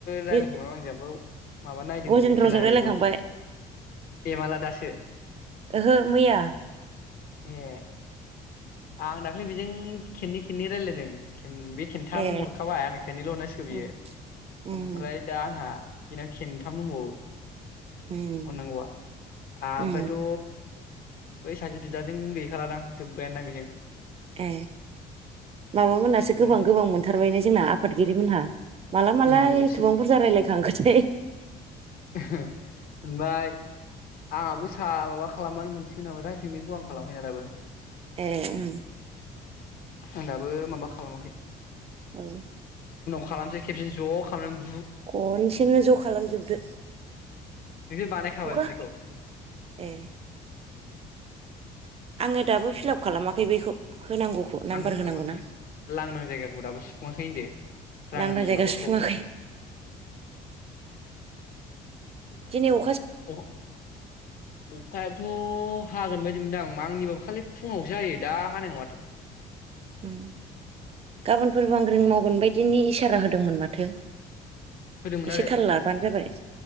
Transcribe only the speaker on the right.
बे
गजेन्द्रजों
रायलायखांबाय
ओहो मैया
ए
ए उम
उम
उम
ए माबामोनहासो गोबां
गोबां मोनथारबाय ना जोंना आफादगिरि मोनहा माला
मालाय एथबां बुरजा रायज्लायखांखोथाय
ए उ
औ
खनसेनो ज खालामजोबदो
अखा
ए आङो दाबो फिलाप खालामाखै बैखौ होनांगौखौ नाम्बार
होनांगौना
लांदां जायगा
सुफुङाखै दिनि अ
ओम गाबोनफोरबो बांग्रिं मावगोन बायदिनि ए सारा होदोंमोन माथो
एसे
थाल लाबानो जाबाय